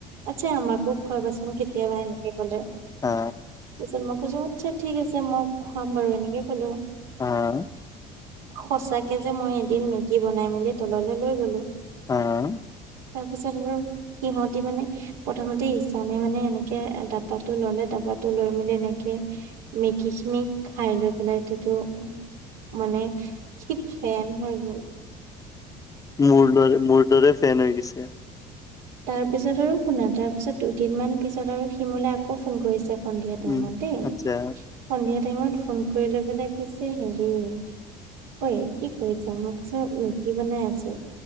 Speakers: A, on the right; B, on the left.
A: আচ্ছা, আমাকো খুৱাবাচোন কেতিয়াবা এনেকে গ'লে
B: হা,
A: তাৰিছত মোক আচ্ছা, ঠিক আছে মই খুৱাম বাৰু এনেকে ক'লো।
B: অহ।
A: সচাকে যে মই এদিন মেগী বনাই মেলি তললৈ লৈ গলো
B: হম, হম।
A: তাৰ পিছত আৰু সিহতি মানে প্ৰথমতে ইছানে মানে এনেকে ডাব্বাটো ললে ডাব কটো লৈ মেলি এনেকে মেগীখিনিক খাই লৈ পেলাই এইটোতো মানে সি ফেন হৈ গ'ল।
B: মোৰ দৰে, মোৰ দৰে ফেন হৈ গৈছে।
A: তাৰপিছত আৰু শুনা তাৰ পিছত দুদিনমান পিছত আৰু সি মোলে আকৌ ফোন কৰিছে। সন্ধিয়া টাইম
B: উম,
A: ত
B: আচ্ছা,
A: দেই টাইমত ফোন কৰি লৈ পেলাই কৈছে হেৰি ঐ কি কৰিছা? মই কৈছো মেগী বনাই আছোঁ।